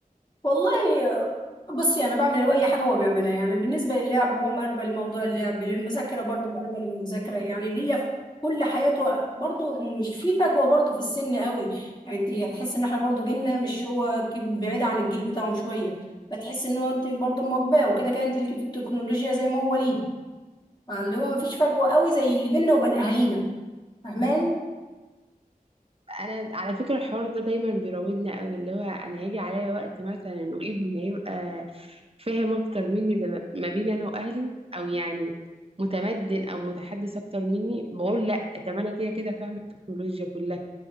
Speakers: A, on the left; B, on the right.
A: والله بصي انا بعمل اي حاجه هو بيعملها يعني بالنسبه للعب هو مقربل لموضوع اللعب للمذاكره برضه مقربل للمذاكره يعني ليا في كل حياته برضه مش في فجوه برضه في السن قوي يعني انت تحس ان احنا برضه جيلنا مش هو ك- بعيد عن الجيل بتاعهم شويه فتحس ان هو انت برضه مواكباه وكده كده انت ليكي في التكنولوجيا زي ما هو ليه فاللي
B: ايوه
A: هو مفيش
B: طب
A: فجوه قوي زي اللي بيننا وبين اهالينا فاهماني
B: انا على فكره الحوار ده دايما بيراودنا قوي اللي هو انا هيجي عليا وقت مثلا وابني هيبقى فاهم اكتر مني زي ما ما بيني انا واهلي او يعني متمدن او متحدث اكتر مني بقول لا طب انا كده كده فاهمه التكنولوجيا كلها